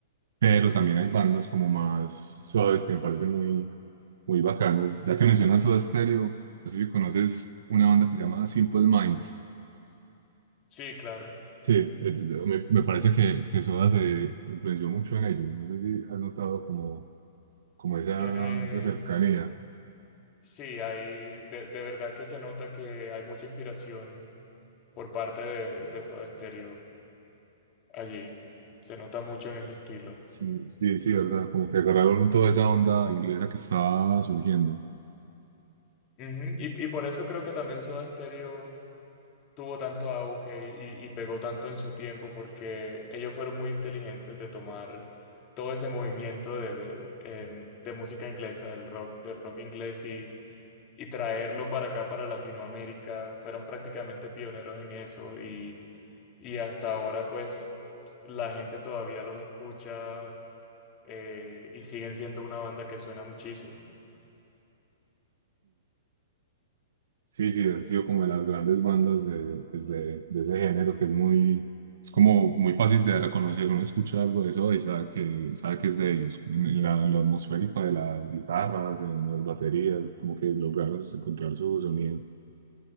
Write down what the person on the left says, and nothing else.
Sí, claro.
Tienen
Sí, hay, de, de verdad que se nota que hay mucha inspiración por parte de, de Soda Stereo allí. Se nota mucho en ese estilo.
Ujú, Y, y por eso creo que también Soda Stereo tuvo tanto auge y, y pegó tanto en su tiempo porque ellos fueron muy inteligentes de tomar todo ese movimiento de, de, em, de música inglesa, del rock, del rock inglés y, y traerlo para acá, para Latinoamérica. Fueron prácticamente pioneros en eso y, y hasta ahora pues la gente todavía los escucha eh, y siguen siendo una banda que suena muchísimo.